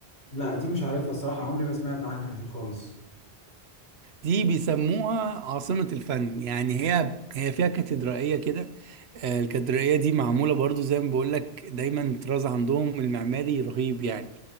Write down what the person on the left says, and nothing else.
لا دي مش عارفها الصراحة عمري ما سمعت عنها دي خالص